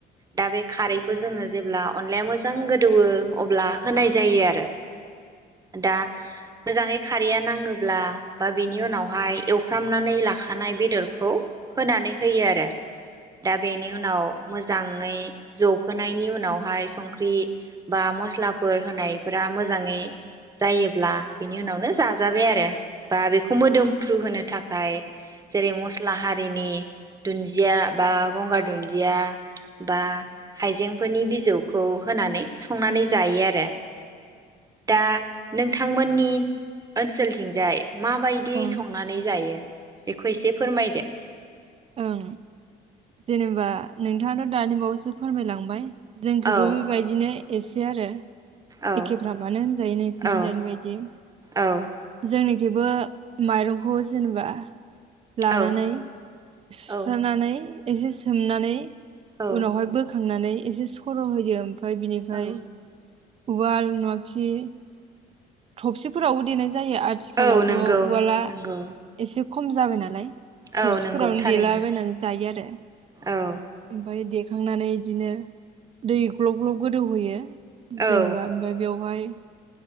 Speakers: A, on the right; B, on the right.
A: दा बे खारैखौ जोङो जेब्ला अनलाया मोजां गोदौयो अब्ला होनाय जायो आरो दा मोजाङै खारैया नाङोब्ला बा बिनि उनावहाय एवफ्रामनानै लाखानाय बेदरखौ होनानै होयो आरो दा बेनि उनाव मोजां ङै जबहोनायनि उनावहाय संख्रि बा मस्लाफोर होनायफोरा मोजाङै जायोब्ला बेनि उनावनो जाजाबाय आरो बा बेखौ मोदोमफ्रु होनो थाखाय जेरै मस्ला हारिनि दुन्दिया बा गंगार दुन्दिया बा हाइजेंफोरनि बिजौखौ होनानै संनानै जायो आरो दा नोंथांमोननि ओनसोलथिंजाय माबायदि
B: ओं
A: संनानै जायो बेखौ एसे फोरमायदो
B: ओं जेनेबा नोंथाङाथ' दानि बावैसो फोरमायलांबाय जोंखैबो
A: औ
B: बेबायदिनो एसे आरो
A: औ
B: एखेफ्रामानो होनजायो नोंसिनिथिंजायनि
A: औ
B: बायदि
A: औ
B: जोंनिखैबो माइरंखौ जेनेबा लानानै
A: औ
B: सुस्रानानै
A: औ
B: एसे सोमनानै
A: औ
B: उनावहाय बोखांनानै एसे सर' होयो ओमफाय बिनिफाय
A: औ
B: उवाल नंआखि थबसिफोरावबो देनाय जायो आथिखालावथ'
A: औ नंगौ
B: उवाला
A: नंगौ
B: एसे खम जाबाय नालाय थबसिफोरावनो
A: औ नंगौ थारैनो
B: देलाबायनानै जायो आरो
A: औ
B: ओमफाय देखांनानै बिदिनो दै ग्लब ग्लब गोदौहोयो जेनेबा
A: औ
B: ओमफाय बेवहाय